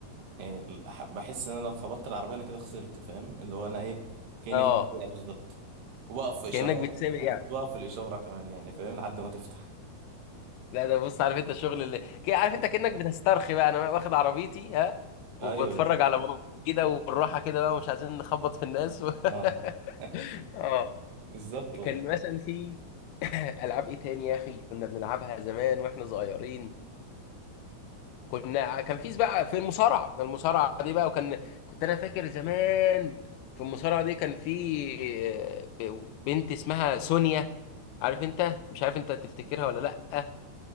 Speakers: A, on the right; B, on the left.
A: يعني الح- بحس ان انا لو خبطت العربيه انا كده خسرت فاهم اللي هو انا ايه كاني
B: اه
A: في الدقيقه بالظبط وبقف في اشارات
B: كأنك بتسابق
A: <laughs>
B: يعني
A: كنت بقف في الاشاره كمان يعني فاهم لحد ما تفتح
B: لا ده بص عارف انت الشغل اللي ك- عارف انت كأنك بتسترخي بقى انا واخد عربيتي ها وبتفرج
A: ايوه بالظبط.
B: على مناظر كده والراحة كده بقى ومش عايزين نخبط في الناس و...
A: اه <laughs>
B: <laughs> اه
A: بالظبط
B: كان مثلا في العاب ايه تاني يا اخي كنا بنلعبها زمان واحنا صغيرين كنا كان في بقى في المصارعة المصارعة دي بقى وكان كنت انا فاكر زمان في المصارعة دي كان في آه، ب- بنت اسمها سونيا عارف انت مش عارف انت تفتكرها ولا لا